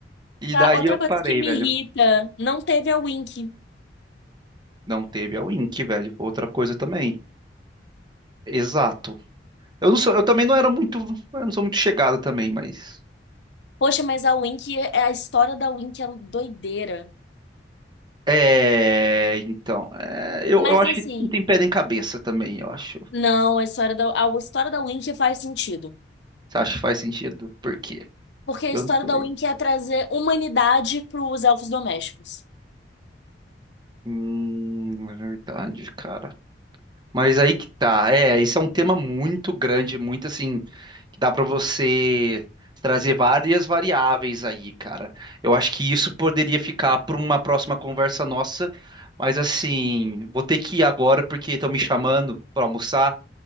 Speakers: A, on the right; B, on the left.
A: e
B: Tá,
A: daí
B: outra
A: eu
B: coisa
A: parei,
B: que me
A: velho.
B: irrita, não teve a Wink.
A: Não teve a Wink, velho. Outra coisa também. Exato. Eu não sou, eu também não era muito, eu não sou muito chegado também, mas.
B: Poxa, mas a Wink, é- é a história da Wink é doideira.
A: É, então, é, eu,
B: Mas
A: eu acho
B: assim,
A: que não tem pé nem cabeça também, eu acho.
B: não, a história da, a história da Wink faz sentido.
A: Você acha que faz sentido? Por quê?
B: Porque a
A: Eu
B: história
A: não sei.
B: da Wink é trazer humanidade para os elfos domésticos.
A: Hum, é verdade, cara. Mas aí que tá. É, esse é um tema muito grande, muito assim, que dá pra você trazer várias variáveis aí, cara. Eu acho que isso poderia ficar para uma próxima conversa nossa, mas assim, vou ter que ir agora porque estão me chamando pra almoçar